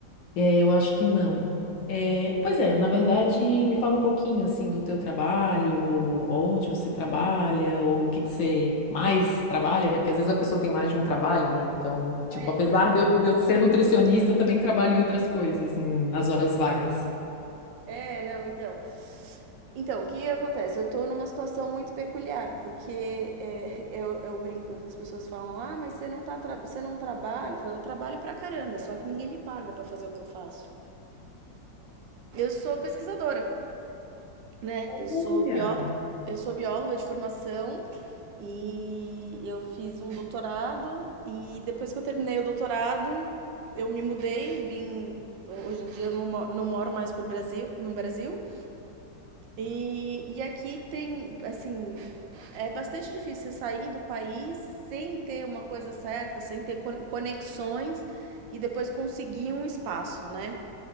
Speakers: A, on the left (about 75°); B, on the right (about 75°).
A: É, eu acho que não. É, pois é, na verdade, me fala um pouquinho assim do teu trabalho, onde você trabalha, ou o que que você mais trabalha, né? Porque às vezes a pessoa tem mais de um trabalho, né? Então,
B: É,
A: tipo, apesar
B: não,
A: de eu, de eu ser nutricionista, eu também trabalho em outras coisas, em- nas horas vagas.
B: É, não, então. Então, o que acontece? Eu tô numa situação muito peculiar, porque é, eu, eu brinco, as pessoas falam, ah, mas você não, tá tra você não trabalha? Eu, falo, eu trabalho pra caramba, só que ninguém me paga pra fazer o que eu faço. Eu sou pesquisadora, né?
A: Olha,
B: Eu sou bióloga, eu sou bióloga de formação e eu fiz um doutorado e depois que eu terminei o doutorado, eu me mudei, vim. Hoje em dia eu não, mo- não moro mais pro Brasil, no Brasil. E, e aqui tem, assim, é bastante difícil você sair do país sem ter uma coisa certa, sem ter conexões e depois conseguir um espaço, né?